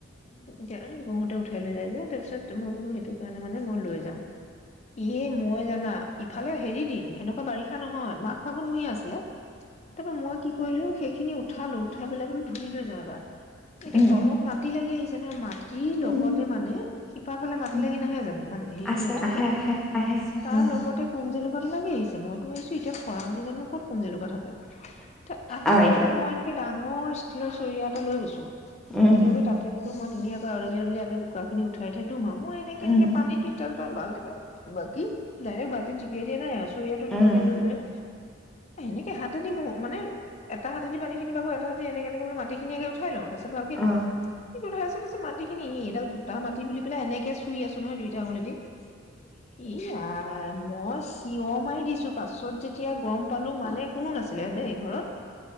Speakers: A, on the left; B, in the centre.
A: নতুনকে অহ' বৌহতে উঠা হেৰী লৈ যায় যে তাৰ পাছত মই বোলোঁ সিটো কাৰণে মানে মই লৈ যাওঁ। এইয়ে মই জানা ইফালে হেৰী দিন এনেকুৱা বাৰিষা নহয় মা ফাগুন মহীয়া আছিলে তাৰপৰা মই কি কৰিলোঁ সেই খিনি উঠালোঁ, উঠাই পেলাই মানে ধুই লৈ যাওঁ এবাৰ। এ কে
B: অঁ
A: তলত মাটি লাগি আহি ট্ৰেনৰ মাত দিৰ
B: অঁ
A: লগত তোৰ মানে শিপাৰ ফালে মাটি
B: উম
A: লাগি নাহে জানোঁ মানে হেৰীখিনি
B: আছে
A: উঠালে
B: আহে আহে আহে
A: তাৰ
B: উম
A: লগতে কোন লাগি আহিছে মইতো ভাবিছোঁ, এতিয়া খৰাং দিনতনো ক'ত কোনজলকীয় থাকে তে আহি
B: অ
A: পেলাই
B: দিয়ক
A: মই এনেকে ডাঙৰ ষ্টীলৰ চৰিয়া এটা লৈ গৈছোঁ।
B: উম
A: এনেও গৈ তাতে বোলোঁ মই ধুনীয়াকৈ আদালি আদালি আগে বুক কৰাখিনি উঠাই উঠাই তোৰ মই এনেকে
B: উম
A: এনেকে পানীটো তাৰ পৰা বাল্টি বা বাকি দাইৰেক্ত বালটিত জুবিয়াই দিয়া নাই আৰু চৰিয়াটো
B: উম
A: তেনেকে
B: উম
A: লৈ লৈ সেনেকে হাতেদি মো-মানে, এটা হাতেদি পানীখিনি বাকো, এটা হাতেদি এনেকে এনেকে মানে মাটিখিনি মানে উঠাই লওঁ, তাৰপিছত
B: অ
A: <unintelligible> <unintelligible> এ-এইডাল গোট তাৰ মাটি বুলি পেলাই এনেকে চো চুই আছো নহয় দুইটা আঙুলিদি। ই আই, মই চিঞৰ মাৰি দিছোঁ। পাছত যেতিয়া গম পালোঁ মানে, কোনো নাছিলে দেই ঘৰত।